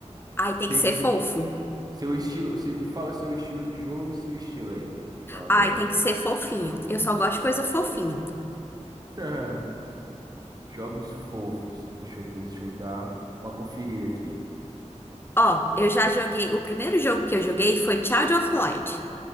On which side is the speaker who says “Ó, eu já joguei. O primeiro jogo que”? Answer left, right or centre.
Left